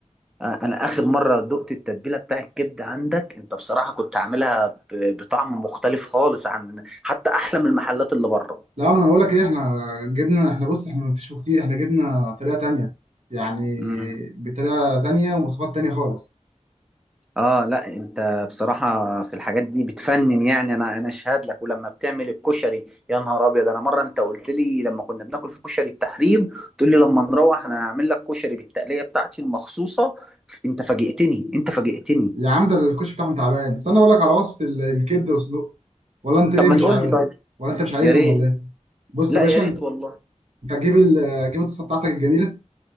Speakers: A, in the centre; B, on the right.
A: آه، انا اخر مره دقت التتبيله بتاع الكبده عندك انت بصراحه كنت عاملها ب- بطعم مختلف خالص عن حتى احلى من المحلات اللي بره
B: لا انا بقول لك ايه احنا جبنا احنا بص احنا ما كتير احنا جبنا طريقه تانيه يعني
A: امم
B: بطريقه تانيه ومواصفات تانيه خالص
A: اه لا انت بصراحه في الحاجات دي بتفنن يعني انا انا اشهد لك ولما بتعمل الكشري يا نهار ابيض انا مره انت قلت لي لما كنا بناكل في كشري التحرير تقول لي لما نروح انا هعمل لك كشري بالتقليه بتاعتي المخصوصه انت فاجئتني انت فاجئتني
B: يا عم ده الكشك بتاعهم تعبان استنى اقول لك على وصفه ال- الكبده والسجق ولا انت ايه
A: طب ما
B: مش
A: تقول
B: عارف
A: لي طيب
B: ولا انت مش عايزهم
A: يا ريت
B: ولا ايه بص
A: لا
B: يا باشا
A: يا ريت والله
B: انت هتجيب ال- هتجيب الطاسه بتاعتك الجميله